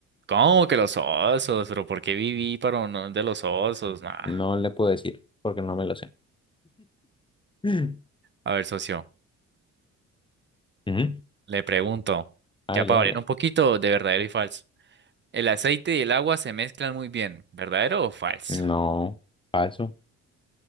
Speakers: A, on the right; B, on the left.
A: ¿Cómo que los osos? ¿Pero por qué viví para uno de los osos? Nah.
B: No le puedo decir porque no me lo sé. <laughs>
A: A ver, socio,
B: Ujú.
A: le pregunto,
B: Hágale,
A: ya para
B: hágale.
A: variar un poquito de verdadero y falso. El aceite y el agua se mezclan muy bien, ¿verdadero o falso?
B: No, falso.